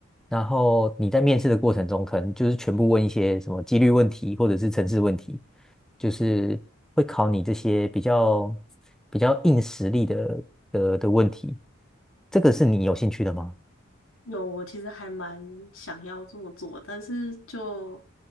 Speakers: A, in the centre; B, on the left (about 85°).
A: 然后你在面试的过程中可能就是全部问一些什么几率问题或者是程式问题。就是会考你这些比较比较硬实力的的的问题。这个是你有兴趣的吗？
B: 有，我其实还蛮想要这么做，但是就，